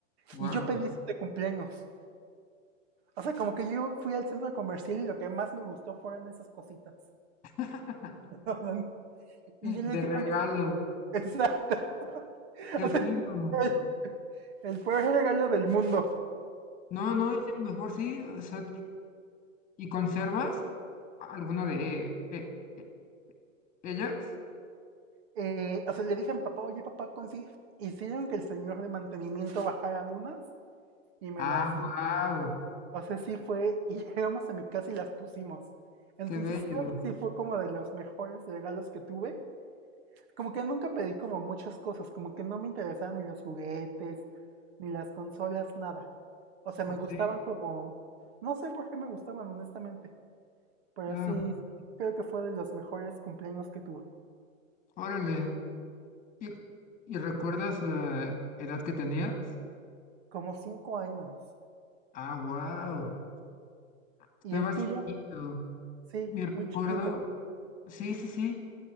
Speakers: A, on the left; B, on the right.
A: Wow,
B: Y yo pedí eso de cumpleaños. O sea, como que yo fui al centro comercial y lo que más me gustó fueron esas cositas.
A: <laughs>
B: <laughs> Y yo les
A: de
B: dije
A: regalo,
B: a mis papás, exacto, <laughs>
A: qué fino.
B: el, el peor regalo del mundo.
A: No, no, es el mejor, sí. o sea, ¿y conservas alguna de eh, eh, ellas?
B: Eh, o sea, le dije a mi papá, oye papá, consi hicieron que el señor de mantenimiento bajaran unas y me
A: Ah,
B: las dio.
A: wow,
B: O sea, sí fue, y <laughs> llegamos a mi casa y las pusimos. Entonces
A: qué bello.
B: creo que sí fue como de los mejores regalos que tuve. Como que nunca pedí como muchas cosas, como que no me interesaban ni los juguetes, ni las consolas, nada. O sea, me
A: Ok,
B: gustaban como, no sé por qué me gustaban, honestamente, pero
A: claro.
B: sí, creo que fue de los mejores cumpleaños que tuve,
A: Órale. ¿Y, y recuerdas la edad que tenías?
B: como cinco años.
A: Ah, wow, estabas
B: ¿Y el tuyo?
A: chiquito.
B: Sí,
A: Mi recuerdo,
B: muy chiquito.
A: sí, sí, sí,